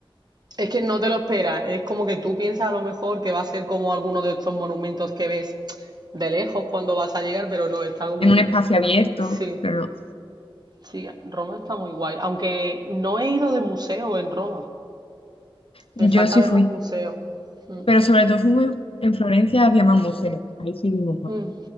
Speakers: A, on the right (about 45°); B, on the left (about 75°).
A: es que no te lo esperas, es como que tú piensas a lo mejor que va a ser como alguno de estos monumentos que ves de lejos cuando vas a llegar, pero no, está como
B: en un espacio abierto,
A: Sí,
B: pero no.
A: sí, Roma está muy guay. Aunque no he ido de museo en Roma.
B: Yo
A: Me falta
B: sí
A: ver
B: fui.
A: los museos. Mm,
B: Pero sobre todo fui muy- en Florencia, había más museos. Ahí sí vimos más.
A: mm,